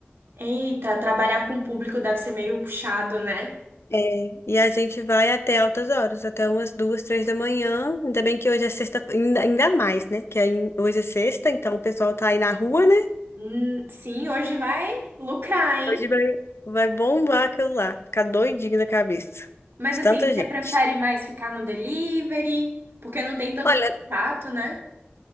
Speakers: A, on the right (about 65°); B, on the left (about 85°).
A: Eita, trabalhar com o público deve ser meio puxado, né?
B: É, e a gente vai até altas horas, até umas duas, três da manhã. Ainda bem que hoje é sexta, ainda, ainda mais, né? Que aí hoje é sexta, então o pessoal tá aí na rua, né?
A: Hum, sim, hoje vai lucrar, hein?
B: Hoje vai, vai bombar aquilo lá, ficar doidinho da cabeça
A: Mas
B: de
A: assim,
B: tanta
A: você
B: gente.
A: prefere mais ficar no delivery? Porque não tem tanto
B: Olha,
A: contato, né?